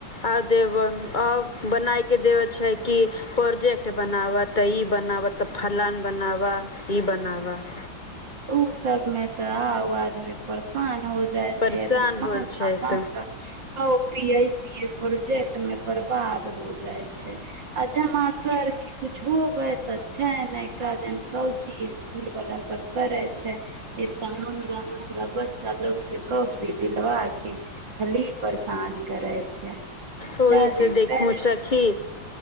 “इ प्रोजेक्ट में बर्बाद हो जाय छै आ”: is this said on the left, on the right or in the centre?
Right